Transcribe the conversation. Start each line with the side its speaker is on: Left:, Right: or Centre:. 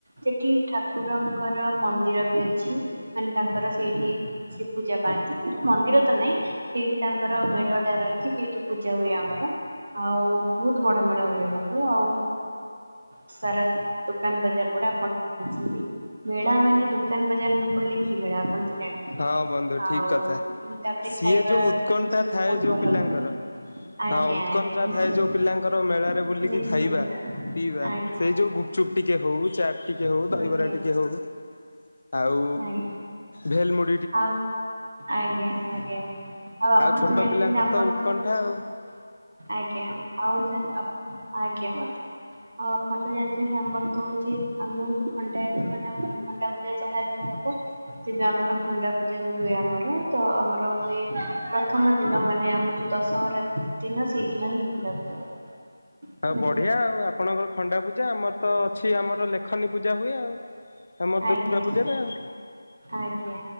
Right: ସେଠି ଠାକୁରଙ୍କର ମନ୍ଦିର ବି ଅଛି। ମାନେ ତାଙ୍କର ସେଇଠି ସେ ପୂଜା ପାଆନ୍ତି କିନ୍ତୁ ମନ୍ଦିର ତ ନାହିଁ ସେଇଠି ତାଙ୍କର ମେଢ ଟା ରହିକି ସେଇଠି ପୂଜା ହୁଏ ଆମର ଆଉ ବହୁତ ବଡ ମେଢ ହୁଏ ବନ୍ଧୁ ଆଉ ସାରା ଦୋକାନ ବଜାର ପଡେ ଆପଣ ଛନ୍ତି ମେଳା ମାନେ ଦୋକାନ ବଜାର ନ ପଡିଲେ କି ମେଳା ଆପଣ ତ ଜାଣିଥିବେ।
Left: ହଁ ବନ୍ଧୁ
Right: ଆଉ
Left: ଠିକ୍ କଥା
Right: ତାପରେ
Left: ସିଏ
Right: ଖାଇବା
Left: ଯୋଉ ଉତ୍କଣ୍ଠା
Right: ଜିନିଷ ବି
Left: ଥାଏ
Right: ବହୁତ
Left: ଯୋଉ
Right: ଭଲ
Left: ପିଲାଙ୍କର
Right: ପଡେ। ଆଜ୍ଞା
Left: ହଁ ଉତ୍କଣ୍ଠା
Right: ଆଜ୍ଞା ନିଶ୍ଚିନ୍ତ
Left: ଥାଏ ଯୋଉ ପିଲାଙ୍କର ମେଳାରେ ବୁଲିକି
Right: ନିଶ୍ଚିନ୍ତ
Left: ଖାଇବା ପି ଇବା
Right: ଆଜ୍ଞା
Left: ସେ ଯୋଉ ଗୁପଚୁପ୍ ଟିକେ ହଉ ଚାଟ୍ ଟିକେ ହଉ
Right: ଆଜ୍ଞା
Left: ଦହିବରା
Right: ଆଜ୍ଞା
Left: ଟିକେ ହଉ ଆଉ
Right: ଆଜ୍ଞା
Left: ଭେଲ୍ ମୁ
Right: ଆଉ ଆଜ୍ଞା ଆଜ୍ଞା ଆଉ ଆପଣ
Left: ଛୋଟ
Right: ତ ଜାଣିଛନ୍ତି
Left: ପିଲାଙ୍କର
Right: ଆମର
Left: ଉତ୍କଣ୍ଠା
Right: ତ ହଉଛି
Left: ଆଉ
Right: ଆଜ୍ଞା ଆଉ ସାର୍ ଆଜ୍ଞା ଆଉ ଆପଣ ତ ଜାଣିଛନ୍ତି ଆମର ତ ହଉଛି ଆମେ ହଉ ଖଣ୍ଡାୟତ ମାନେ ଆମର ଖଣ୍ଡା ପୂଜା ଯାହାହେଲେ ବି ହବ। ତେବେ ଆମର ଖଣ୍ଡା ପୂଜା ବି ହୁଏ ଆମର ତ ଆମର ହୁଏ ପ୍ରଥମ ଦିନ ମାନେ ଆମର ଯୋଉ ଦଶହରା ଦିନ ସେଇଦିନ ହିଁ ଖଣ୍ଡା ପୂଜା ହବ।
Left: ଆଉ
Right: ବୁଝିପାରିଲେ
Left: ବଢିଆ ଆଉ ଆପଣଙ୍କର ଖଣ୍ଡା ପୂଜା ଆମର ତ ଅଛି ଆମର ଲେଖନୀ ପୂଜା ହୁଏ ଆଉ ଆମର ଦୁର୍ଗା
Right: ଆଜ୍ଞା
Left: ପୂଜାରେ ଆଉ
Right: ଆଜ୍ଞା।